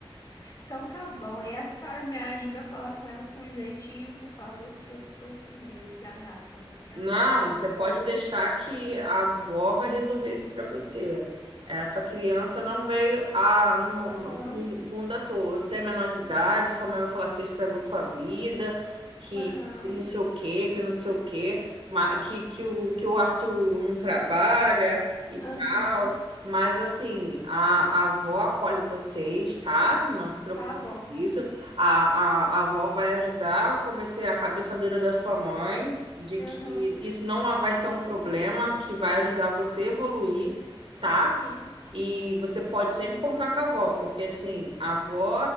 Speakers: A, on the left (about 45°); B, on the right (about 75°).
A: Então tá bom. E a Sara me ajuda a falar com ela com jeitinho, por favor, que eu tô com medo da reação da minha
B: Não,
A: mãe. Eu vou me.
B: você pode deixar que a avó vai resolver isso para você. Essa criança não veio a, no,
A: Aham,
B: no, no mundo à toa. Você é menor de idade, sua mãe vai falar que você estragou sua vida, que
A: aham,
B: não sei o quê, que não sei o quê, ma- que, que, o, que o Arthur não trabalha e
A: aham.
B: tal. Mas, assim, a, a avó acolhe vocês, tá? Não se preocupe
A: Tá bom,
B: com isso.
A: vó.
B: A, a, a avó vai ajudar a convencer a cabeça dura da sua mãe de
A: Aham,
B: que isso não é, vai ser um problema, que vai ajudar você a evoluir, tá?
A: sim,
B: E você pode sempre contar com a avó, porque assim, a avó